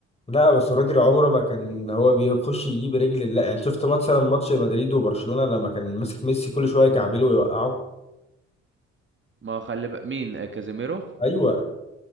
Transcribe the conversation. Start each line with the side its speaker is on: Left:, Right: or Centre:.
Left: لا بس رودري عمره ما كان هو بيخش يجيب رجل لا يعني شفت مثلا ماتش مدريد وبرشلونه لما كان ماسك ميسي كل شويه يكعبله ويوقعه
Right: ما هو خلي بقى مين آه، كازيميرو
Left: ايوه